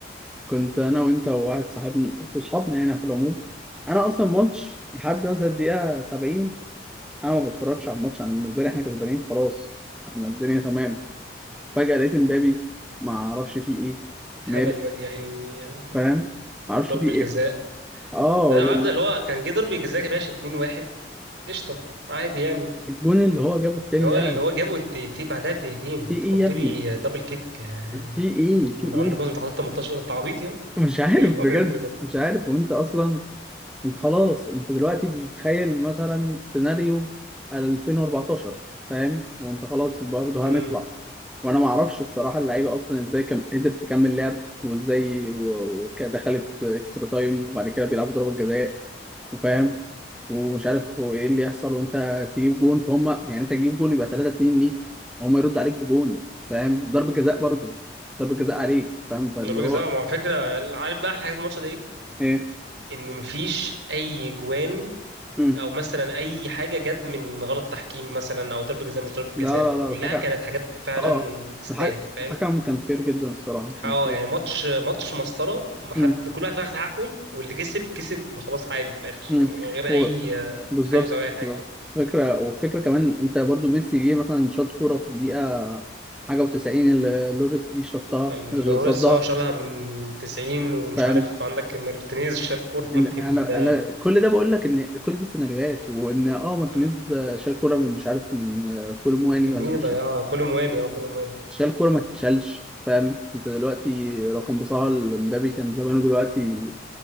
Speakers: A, in the centre; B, on the right (about 80°).
A: كنت انا وانت وواحد صاحبنا وصحابنا يعني في العموم انا اصلا ماتش لحد مثلا الدقيقه 70 انا ما بتفرجش على الماتش انا بالنسبه لي احنا كسبانين خلاص احنا الدنيا تمام فجاه لقيت امبابي ما اعرفش فيه ايه
B: اتهبل
A: ماله
B: الواد يا عيني آه،
A: فاهم ما اعرفش
B: ضرب
A: فيه
B: الجزاء
A: ايه اه
B: ده انا عارف ده اللي هو كان جه ضرب الجزاء كان ماشي 2-1 قشطة عادي يعني
A: والجون اللي هو جابه التاني
B: اللي هو
A: ده
B: اللي هو جابه الدقيقتين بعدها بدقيقتين
A: في ايه
B: بتحط
A: يا ابني
B: لي دبل كيك آه،
A: في ايه في
B: من
A: ايه
B: عند النص بتحط 18 انت عبيط يا <laughs>
A: مش عارف
B: ايه اللي
A: بجد
B: هو بيعمله ده
A: مش عارف وانت اصلا انت خلاص انت دلوقتي بتتخيل مثلا سيناريو 2014 فاهم وانت خلاص برضه
B: امم
A: هنطلع وانا ما اعرفش الصراحه اللعيبه اصلا ازاي كم... قدرت تكمل لعب وازاي و- وكده دخلت اكسترا تايم وبعد كده بيلعبوا ضربه جزاء وفاهم ومش عارف هو ايه اللي يحصل وانت تجيب جون فهم يعني انت تجيب جون يبقى 3 2 ليك هم يرد عليك بجون فاهم ضربه جزاء برضه ضربه جزاء عليك فاهم فاللي
B: ضربة
A: هو
B: جزاء مع فكرة عارف بقى احلى حاجة في الماتش ده ايه
A: ايه
B: ان مفيش اي جوان
A: مم.
B: او مثلا اي حاجة جت من غلط تحكيم مثلا او ضربة جزاء مش ضربة
A: لا
B: جزاء
A: لا لا
B: كلها
A: الحكم
B: كانت حاجات فعلا
A: اه
B: تستاهل
A: الح-
B: فاهم
A: الحكم كان فير جدا الصراحة كان
B: اه
A: فير
B: يعني ماتش ماتش مسطرة ومحد
A: امم
B: كل واحد واخد حقه واللي كسب كسب خلاص عادي في الاخر
A: امم
B: يعني من غير
A: هو
B: اي آه،
A: بالظبط
B: تحيز او اي حاجة
A: بالظبط. فكرة وفكرة كمان انت برضو ميسي جه مثلا شاط كورة في الدقيقة حاجة و90 اللي لوريس دي شطها
B: الرويس
A: صدها
B: اه شالها من 90 ومش
A: فاهم
B: عارف عندك مارتينيز شال كورة
A: إن
B: <laughs>
A: انا
B: من
A: انا كل ده بقول لك ان كل دي سيناريوهات وان اه مارتينيز
B: مم.
A: شال كورة من مش عارف من آه، كولومواني
B: كان
A: ولا
B: مين اللي
A: مش
B: ضيعها
A: عارف.
B: كولو مواني اه كولو مواني
A: شال كورة ما تتشالش فاهم انت دلوقتي رقم بصها لمبابي كان زمانه دلوقتي